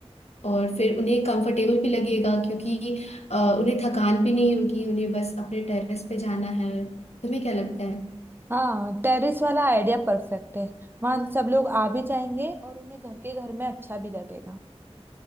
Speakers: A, on the left; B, on the right.
A: और फिर उन्हें कंफर्टेबल भी लगेगा क्योंकि अ, उन्हें थकान भी नहीं होगी उन्हें बस अपने टेरेस पे जाना है तुम्हें क्या लगता है
B: हाँ टेरेस वाला आइडिया परफेक्ट है वहां सब लोग आ भी जाएंगे और उन्हें घर के घर में अच्छा भी लगेगा